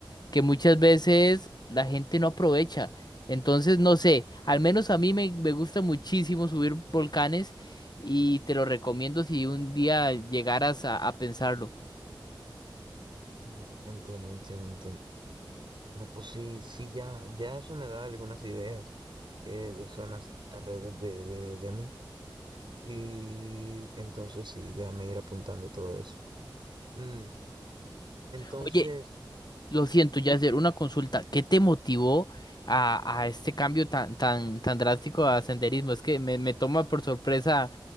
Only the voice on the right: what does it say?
Mm, Entiendo, entiendo, entiendo. No, pues sí, sí, ya, ya eso me da algunas ideas eh, de zonas alrededor de, de, de mí. Y entonces sí, déjame ir apuntando todo eso. Mm, entonces,
sí,